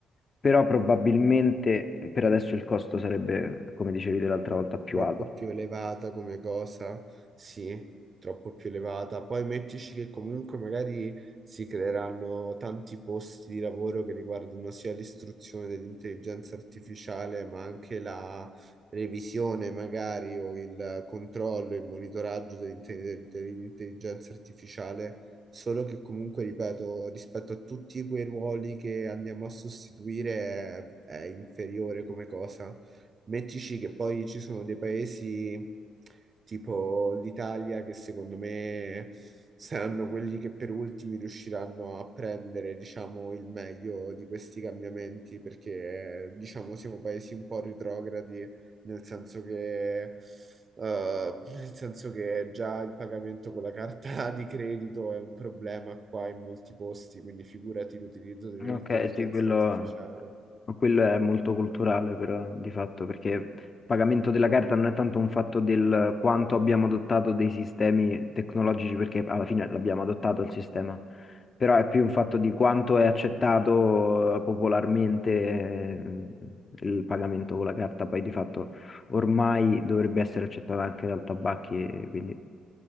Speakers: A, on the left (about 35°); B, on the right (about 40°).
A: però probabilmente eh, per adesso il costo sarebbe, come dicevi te l'altra volta, più
B: Troppo
A: alto.
B: più elevata come cosa, sì, troppo più elevata. Poi mettici che comunque magari si creeranno tanti posti di lavoro che riguardano sia l'istruzione dell'intelligenza artificiale, ma anche la revisione magari o il controllo, il monitoraggio dell'inte- dell'intelligenza artificiale. Solo che comunque, ripeto, rispetto a tutti quei ruoli che andiamo a sostituire è è inferiore come cosa. Mettici che poi ci sono dei paesi tipo l'Italia che secondo me saranno quelli che per ultimi riusciranno a prendere, diciamo, il meglio di questi cambiamenti perché, diciamo, siamo paesi un po' retrogradi nel senso che, eh, nel senso che già il pagamento con la carta <laughs> di credito è un problema qua in molti posti, quindi figurati l'utilizzo dell'intelligenza
A: Ok, sì, quello
B: artificiale.
A: Ma quello è molto culturale, però, di fatto, perché il pagamento della carta non è tanto un fatto del quanto abbiamo adottato dei sistemi tecnologici, perché alla fine l'abbiamo adottato il sistema, però è più un fatto di quanto è accettato eh, popolarmente eh, il pagamento con la carta. Poi, di fatto, ormai dovrebbe essere accettata anche dal tabacchi, quindi